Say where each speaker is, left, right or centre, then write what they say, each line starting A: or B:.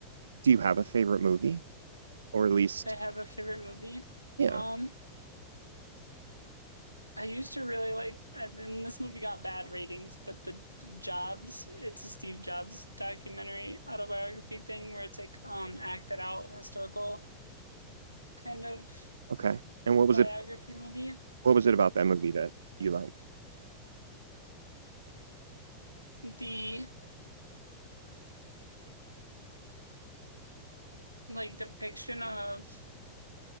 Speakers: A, on the right; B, on the right.
A: do you have a favorite movie, or at least
B: I have a favorite movie.
A: yeah?
B: Um I used to really like, uh, and then this movie got bad ratings, but the Jobs, it's a Steve Jobs documentary autobiography thing where it's like um acted out historical kind of
A: Okay. And what was
B: biography
A: it?
B: movie.
A: What was it about that movie that you liked?
B: The like depiction of